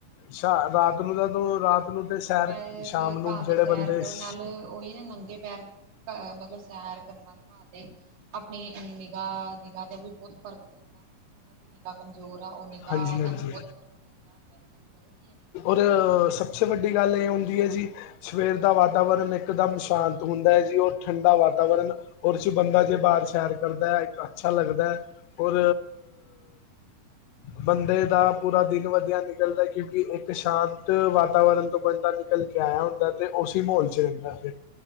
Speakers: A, on the left; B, on the right.
A: ਸ਼ ਰਾਤ ਨੂੰ ਰਾਤ ਨੂੰ ਤੇ
B: ਨੰਗੇ
A: ਸੈਰ
B: ਪੈਰ
A: ਸ਼ਾਮ ਨੂੰ
B: ਘਾਹ
A: ਜਿਹੜੇ
B: ਤੇ ਸੈਰ
A: ਬੰਦੇ
B: ਕਰਨ
A: ਸ
B: ਨਾਲ ਉਹੀ ਨੇ ਨੰਗੇ ਪੈਰ <inaudible> ਅ ਮਤਲਬ ਸੈਰ ਕਰਨ ਨਾਲ ਪਾ ਦੇ ਆਪਣੀ ਨੀਗਾ ਨਿਗਾਹ ਤੇ ਵੀ ਬਹੁਤ ਫਰਕ ਪੈਂਦਾ ਜਿਨਾਂ ਦੀ ਨਿਗਾਹ ਕਮਜ਼ੋਰ ਆ ਉਹ ਨਿਗਾਹ
A: ਹਾਂਜੀ
B: ਦਾ
A: ਹਾਂਜੀ
B: ਵੀ ਬਹੁਤ ਫਰਕ ਪੈਂਦਾ। ਵੈਸੇ ਵੀ ਵੱਧ‌ ਦੀ ਆ ਨੀ ਤਾਂ
A: ਤੇ ਸਭ ਸੇ ਵੱਡੀ ਗੱਲ ਇਹ ਹੁੰਦੀ ਹੈ ਜੀ ਸਵੇਰ ਦਾ ਵਾਤਾਵਰਨ ਇੱਕਦਮ ਸ਼ਾਂਤ ਹੁੰਦਾ ਐ ਜੀ ਔਰ ਠੰਡਾ ਵਾਤਾਵਰਨ ਔਰ ਚ ਬੰਦਾ ਜੇ ਬਾਰ ਸੈਰ ਕਰਦਾ ਅੱਛਾ ਲੱਗਦਾ ਐ ਔਰ
B: ਹਾਂਜੀ।
A: ਬੰਦੇ ਦਾ ਪੂਰਾ ਦਿਨ ਵਧੀਆ ਨਿਕਲਦਾ ਕਿਉਂਕਿ ਇੱ ਤੇ ਸ਼ਾਂਤ
B: ਬਿਲਕੁਲ ਜੀ ਬਿਲਕੁਲ
A: ਵਾਤਾਵਰਨ ਤੋਂ ਬੰਦਾ ਨਿਕਲ ਕੇ ਆਇਆ ਹੁੰਦਾ ਤੇ ਉਸ ਹੀ ਮਾਹੌਲ ਚ ਰਹਿੰਦਾ ਫਿਰ।